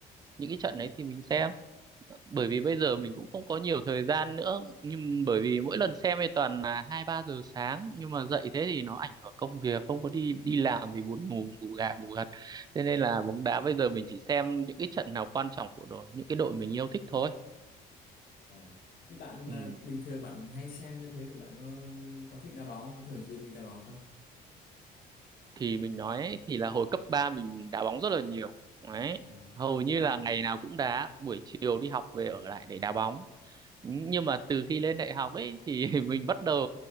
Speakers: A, on the right (about 25°); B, on the left (about 60°).
A: những cái trận
B: ừ.
A: đấy thì mình xem bởi vì bây giờ mình cũng không có nhiều thời gian nữa nhưng bởi vì mỗi lần xem thì toàn là hai ba giờ sáng nhưng mà dậy thế thì nó ảnh hưởng công việc không có đi đi làm thì buồn ngủ ngủ gà ngủ gật thế nên là bóng đá bây giờ mình chỉ xem những cái trận nào quan trọng của đội những cái đội mình yêu thích thôi
B: À. Như bạn
A: ừ.
B: à, bình thường bạn hay xem như thế thì bạn có có thích đá bóng, có thường xuyên đi đá bóng không?
A: thì mình nói ấy, thì là hồi cấp 3 mình đá bóng rất là nhiều đấy
B: À.
A: hầu như là ngày nào cũng đá buổi chiều đi học về ở lại để đá bóng nhưng mà từ khi lên đại học ấy thì <laughs> mình bắt đầu